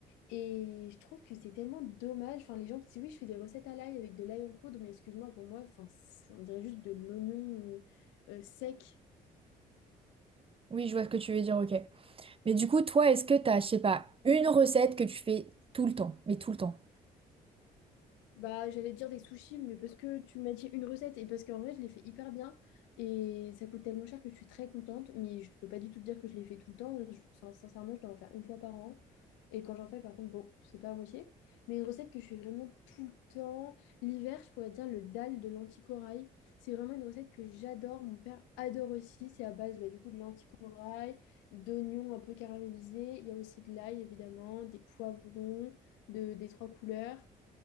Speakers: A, on the left; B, on the right.
A: Et je trouve que c'est tellement dommage. Enfin, les gens qui disent oui, je fais des recettes à l'ail avec de l'ail en poudre, mais excuse-moi, pour moi, enfin, c'est- on dirait juste de l'oignon euh, euh, sec.
B: Oui je vois ce que tu veux dire ok. Mais du coup, toi, est-ce que t'as, je sais pas, une recette que tu fais tout le temps, mais tout le temps?
A: Bah, j'allais dire des sushis, mais parce que tu m'as dit une recette et parce qu'en vrai, je les fais hyper bien et ça coûte tellement cher que je suis très contente, mais je peux pas du tout te dire que je les fais tout le temps. Je- enfin, sincèrement, je dois en faire une fois par an. Et quand j'en fais, par contre, bon, c'est pas à moitié. Mais une recette que je fais vraiment tout le temps. L'hiver, je pourrais dire le dalle de l'anticorail. C'est vraiment une recette que j'adore. Mon père adore aussi. C'est à base, bah, du coup, de l'anticorail, d'oignons un peu caramélisés. Il y a aussi de l'ail, évidemment, des poivrons de, des trois couleurs.